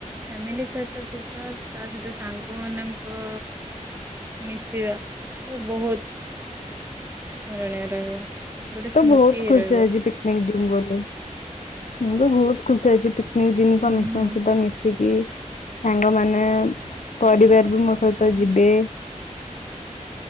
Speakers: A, on the right; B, on the left.
A: ଫ୍ୟାମିଲି ସହିତ ଯିବା ତା ସହିତ ସାଙ୍ଗ ମାନଙ୍କ ମିଶିବା, ସେ ବହୁତ ସ୍ମରଣୀୟ ରହିବ।
B: ମୁଁ
A: ଗୋଟେ
B: ତ
A: ସ୍ମୃତି
B: ବହୁତ
A: ହେଇ
B: ଖୁସି
A: ରହିବ।
B: ଆଜି ପିକ୍ ନିକ ଯିବି ବୋଲି। ମୁଁ ତ ବହୁତ ଖୁସି ଅଛିି ପିକନିକ ଯିବି
A: ହୁଁ
B: ସମସ୍ତଙ୍କ
A: ହୁଁ
B: ସହିତ ମିଶି ତିକି ସାଙ୍ଗମାନେ, ପରିବାର ବି ମୋ ସହିତ
A: ହୁଁ।
B: ଯିବେ।